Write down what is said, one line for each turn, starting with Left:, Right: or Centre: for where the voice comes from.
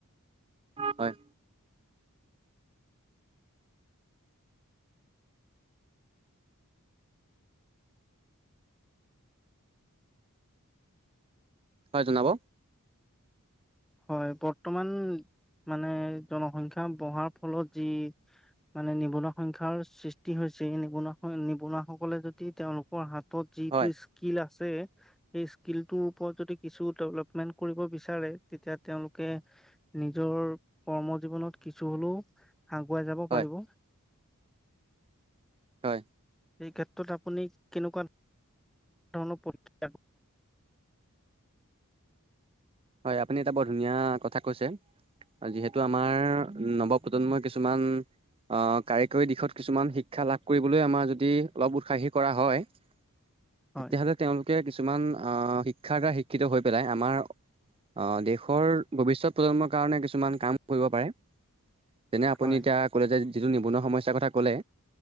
Right: হয়। হয়, জনাব।
Centre: হয়, বৰ্তমান মানে জনসংখ্যা বঢ়াৰ ফলত যি- মানে নিবনুৱা সংখ্যাৰ সৃষ্টি হৈছে এই নিবনুৱা-নিবনুৱা সকলে যদি তেওঁওলোকৰ হাত- ত যিটো
Right: হয়
Centre: স্কিল আছে সেই স্কিলতোৰ ওপৰত যদি কিছু ডেভলপমেন্ট কৰিব বি- বিচাৰে তেতিয়া তেওঁলোকে নিজৰ কৰ্ম জীৱনত কিছু হ'লেও- আগুৱাই যাব
Right: হয়
Centre: পাৰিব।
Right: হয়।
Centre: এই ক্ষেত্ৰত আপুনি কেনেকুৱা ধৰণৰ প্ৰতি
Right: হয়, আপুনি এটা বৰ ধুনীয়া কথা কৈছে। যিহেতু আমাৰ নৱপ্ৰজন্মৰ কিছুমান- আঁহ', কাৰিকৰী দিশত কিছুমান শিক্ষা লাভ কৰিবলৈ আমাৰ যদি উৎসাহী কৰা হয়। তেতিয়া
Centre: হয়,
Right: হ'লে তেওঁলোকে কিছুমান আহ, শিক্ষাৰ দ্বাৰা শিক্ষিত হৈ পেলাই আমাৰ অ' দেশৰ ভৱিষ্যত প্ৰজন্মৰ কাৰণে কিছুমান কাম কৰিব পাৰে। যেনে আপুনি
Centre: হয়,
Right: এতিয়া ক'লে যে যিটো নিবনুৱা সমইছা কথা ক'লে